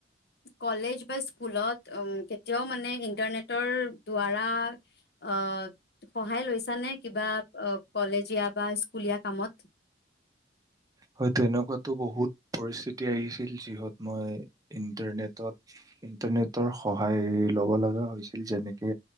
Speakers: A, on the left; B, on the right.
A: কলেজ বা স্কুলত কেতিয়াও মানে ইন্টাৰনেটৰ দ্বাৰা আ, সহায় লৈছানে কিবা কলেজীয়া বা স্কুলীয়া কামত?
B: হয়তটো এনেকুৱাতো বহুত পৰিস্থিতি আহিছিল যিহত মই ইণ্টাৰনেটত ইটাৰনেটৰ সহায় ল'ব লগা হৈছিল যেনেকে